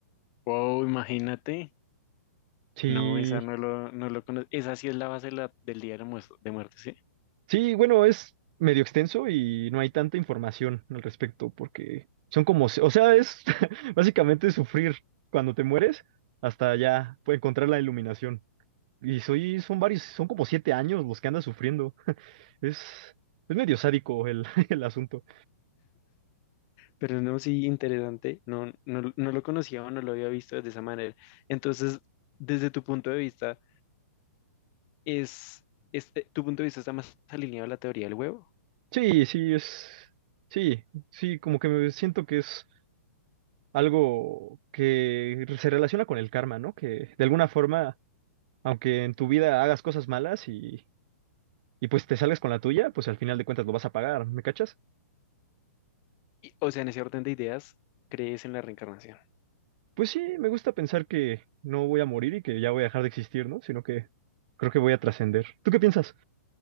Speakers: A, on the left; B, on the right.
A: Wow, imagínate.
B: Sí,
A: No, esa no lo, no lo conozco. Esa sí es la base de la- del Día de, los Muertos,
B: Sí, bueno, es medio extenso y no hay tanta información al respecto porque son como, se- o sea, es <laughs> básicamente sufrir cuando te mueres hasta ya pues, encontrar la iluminación. Y soy, son varios, son como siete años los que andas sufriendo. Es, es medio sádico el, <laughs> el asunto.
A: Pero no, sí, interesante. No, no, no lo conocía o no lo había visto de esa manera. Entonces, desde tu punto de vista, es, es- eh, tu punto de vista está más alineado a la teoría del huevo.
B: Sí, sí, es, sí, sí, como que me siento que es algo que se relaciona con el karma, ¿no? Que de alguna forma, aunque en tu vida hagas cosas malas y y pues te salgas con la tuya, pues al final de cuentas lo vas a pagar, ¿me cachas?
A: Y, o sea, en ese orden de ideas, ¿crees en la reencarnación?
B: Pues sí, me gusta pensar que no voy a morir y que ya voy a dejar de existir, ¿no? Sino que creo que voy a trascender. ¿Tú qué piensas?